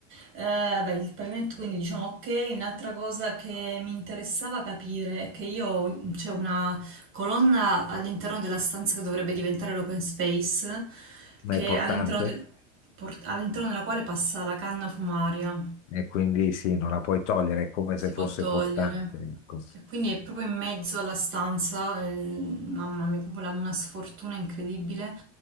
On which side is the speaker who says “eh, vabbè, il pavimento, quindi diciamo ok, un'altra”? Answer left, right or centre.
Right